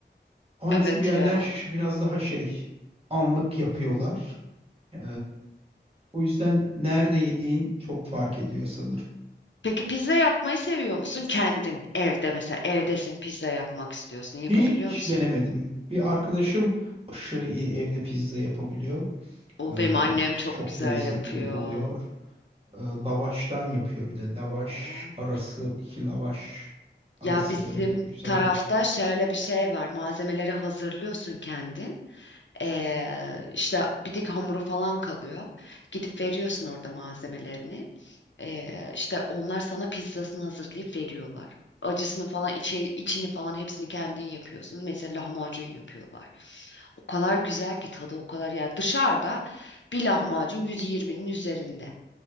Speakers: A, on the right; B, on the left.
A: Ohannes
B: Evet
A: gibi yerler
B: ya.
A: şu- biraz daha şey anlık yapıyorlar. E, o yüzden nerede yediğin çok fark ediyor sanırım.
B: Peki pizza yapmayı seviyor musun? Kendin evde mesela evdesin pizza yapmak istiyorsun.
A: Hiç
B: Yapabiliyor musun?
A: denemedim. Bir arkadaşım aşırı iyi evde pizza yapabiliyor.
B: O
A: Ee,
B: benim annem çok
A: çok
B: güzel
A: lezzetli
B: yapıyor.
A: oluyor. Ee, lavaştan yapıyor bir de. Lavaş
B: O.
A: arası, iki lavaş arası
B: Ya bizim
A: böyle güzel
B: tarafta
A: yapıyor.
B: şöyle bir şey var. Malzemeleri hazırlıyorsun kendin. Ee, işte bir tek hamuru falan kalıyor. Gidip veriyorsun orada malzemelerini. Ee, işte onlar sana pizzasını hazırlayıp veriyorlar. Acısını falan içe, içini falan hepsini kendin yapıyorsun. Mesela lahmacun yapıyorlar. O kadar güzel ki tadı o kadar yani dışarıda bir lahmacun 120'nin üzerinde.